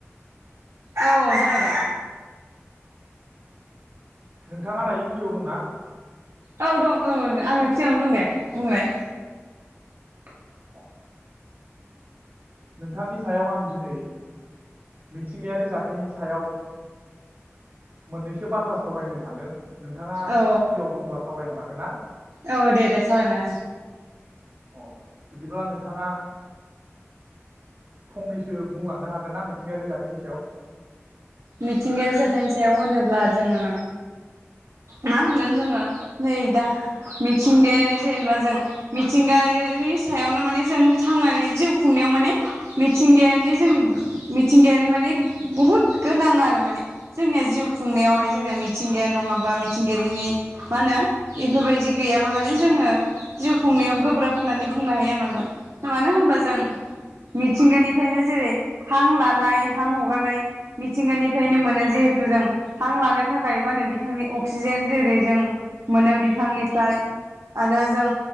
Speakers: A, on the right; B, on the right.
A: औ दङ' दे।
B: नोंथाङा दायो फ्रियाव दंना?
A: औ दं औ आंङो फ्रियावनो दं दे बुंनायलाय।
B: <inaudible> नोंथांनि सायाव आं दिनै मिथिंगायारि जाथायनि सायाव मोननैसो बाथ्रा सावरायनो सानदों। नोंथाङा
A: औ
B: फ्रियाव दङ'बा सावरायनो हागोन ना?
A: औ दे दे सावरायना
B: अ बिदिब्ला नोंथाङा फंनैसो बुंलांनो हागोन ना मिथिंगायारि जाथायनि सायाव?
A: मिथिंगायारि जाथायनि सायाव होनोब्ला जोङो मा होनगोन जोङो नै दा मिथिंगायारि जेनेबा जों मिथिंगायानि सायावनो माने जों थांनानै जिउ खुंनायाव माने मिथिंगायानि जों मिथिंगायारि माने बुहुद गोनां आरो माने जोंनिया जिउ खुंनायावहाय जोंनिया मिथिंगाया नङाबा मिथिंगायारिनि मा होनो बेफोरबायदि गैयाब्ला माने जोङो जिउ खुंनायाव गोब्राब होननानै बुंनो हायो मानो होनबा मानो होनबा जों मिथिंगानिफ्रायनो जेरै हां लानाय, हां हगारनाय मिथिंगानिफ्रायनो मोनो जिहेथु जों हां लानो थाखाय मा होनो बिफांनि अक्सिजेन जेरै जों मोनो बिफांनिफ्राय आरो जों